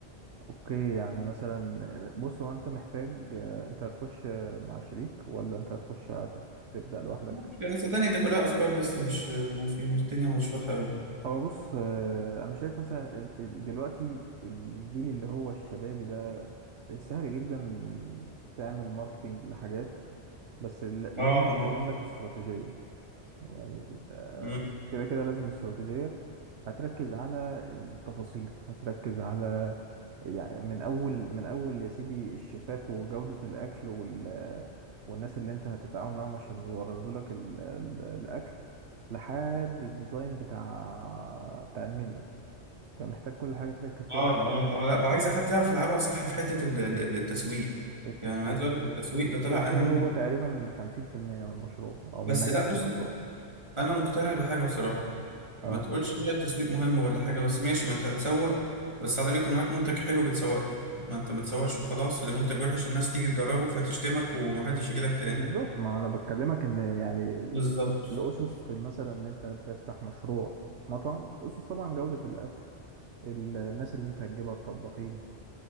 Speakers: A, on the right (about 75°); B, on the right (about 25°).
A: اوكي يعني مثلا آه، بص هو انت محتاج آه، انت هتخش آه، مع شريك ولا انت هتخش هت- تبدأ لوحدك
B: مش يعني صدقني ده كلها أفكار لسه مش ما في مش الدنيا مش واضحة أوي
A: هو بص آه، انا شايف مثلا ال- ال- دلوقتي الجيل اللي هو الشبابي ده سهل جدا تعمل ماركتينج لحاجات بس ل- لازم
B: اه
A: لازم لك استراتيجية يعني آه،
B: اه
A: كده كده لازم استراتيجية هتركز على التفاصيل هتركز على يعني من أول من أول يا سيدي الشيفات وجودة الأكل وال والناس اللي أنت هتتعاون معاهم عشان يوردوا لك ال... ال... الأكل لحد الديزاين بتاع بتاع المنيو أنت محتاج كل حاجة تركز
B: اه
A: فيها وتعملها
B: اه اه لا وعايزه حد يعرف يلعبها صح في حته ال- ال- التسويق
A: التسويق
B: يعني عايز اقول لك التسويق ده طلع
A: التسويق
B: اهم
A: هو تقريبا خمسين في المية من المشروع أو من
B: بس
A: نجاح
B: لا بص
A: المشروع
B: انا مقتنع بحاجه بصراحه
A: اه
B: ما تقولش بقى التسويق مهم ولا حاجه بس ماشي ما انت هتسوق بس على الاقل يكون معاك منتج حلو بتسوق له ما انت ما تسوقش وخلاص لمنتج وحش الناس تيجي تجربه فتشتمك ومحدش يجي لك تاني
A: بالظبط ما انا بكلمك ان يعني ال-
B: بالظبط
A: الاسس في مثلا ان انت تفتح مشروع مطعم الاسس طبعا جودة الاكل ال- الناس اللي انت هتجيبها الطباخين